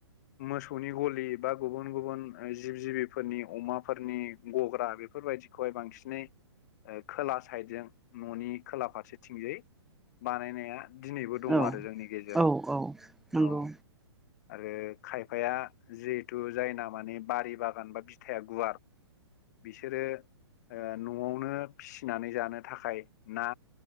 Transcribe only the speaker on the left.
मोसौनि गलि बा गुबुन गुबुन जिब जिबिफोरनि अमाफोरनि गग्रा बे बेफोरबायदिखौहाय बांसिनै खोला साइदजों न'नि खोला फारसेथिंजाय बानायनाया दिनैबो दङ
आरो जोंनि गेजेराव
औ आरो खायफाया जिहेथु जायना माने बारि बागान बा बिथाया गुवार बिसोरो न'आवनो फिसिनानै जानो थाखाय ना